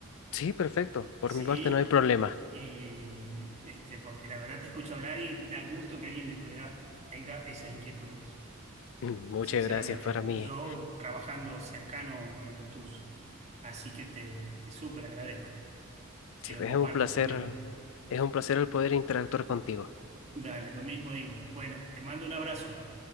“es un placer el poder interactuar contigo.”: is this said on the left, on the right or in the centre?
Left